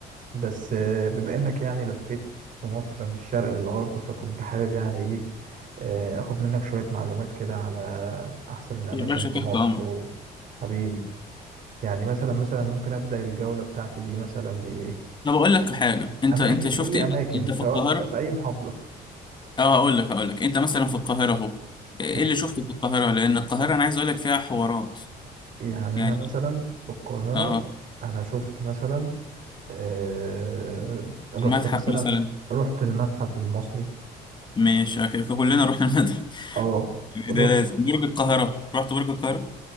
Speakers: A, on the right; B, on the left.
A: بس آه، بما إنك يعني لفيت في مصر من الشرق للغرب فكنت حابب يعني إيه آه، آخد منك شوية معلومات كده على أحسن الأماكن
B: يا باشا
A: في
B: تحت
A: مصر
B: أمرك
A: وحبيبي يعني مثلا مثلا ممكن أبدأ الجولة بتاعتي دي مثلا بإيه
B: أنا بقول لك حاجة أنت
A: أماكن
B: أنت شفت
A: قول لي
B: إيه
A: أماكن
B: أنت
A: سواء
B: في القاهرة
A: في في أي محافظة
B: اه أقول لك أقول لك أنت مثلا في القاهرة أهو إيه
A: حلو
B: اللي شفته في القاهرة لأن القاهرة أنا عايز أقول لك فيها حوارات
A: يعني
B: يعني
A: أنا مثلا في القاهرة
B: اه
A: أنا شفت مثلا آه، رحت
B: المتحف
A: مثلا
B: مثلا
A: رحت المتحف المصري
B: مش كلنا رحنا المتحف
A: اه
B: <laughs>
A: رحت
B: ده لازم برج القاهرة رحت برج القاهرة